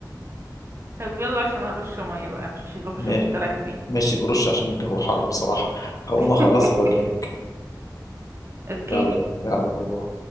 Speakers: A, on the right; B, on the left.
A: طب يلا عشان هرش ميه بقى مش روح
B: ماشي
A: شوف انت رايح فين
B: ماشي برش عشان الجو حر بصراحه هقوم
A: <laughs>
B: اخلصها واجيلك
A: اوكي
B: يلا يلا باي باي